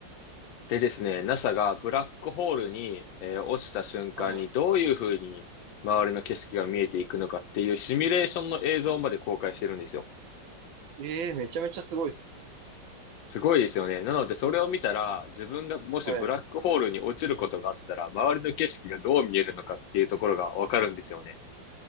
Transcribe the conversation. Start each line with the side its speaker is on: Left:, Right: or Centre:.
Left: でですね、NASA がブラックホールに、えー落ちた瞬間にどういうふうに周りの景色が見えていくのかっていうシミュレーションの映像まで公開してるんですよ。
Right: はもい。し、ええめちゃめちゃすごいですね
Left: すごいですよね。なのでそれを見たら、自分がもしブラックホールに落ちることがあったら、
Right: はい。
Left: 周りの景色がどう見えるのかっていうところがわかるんですよね。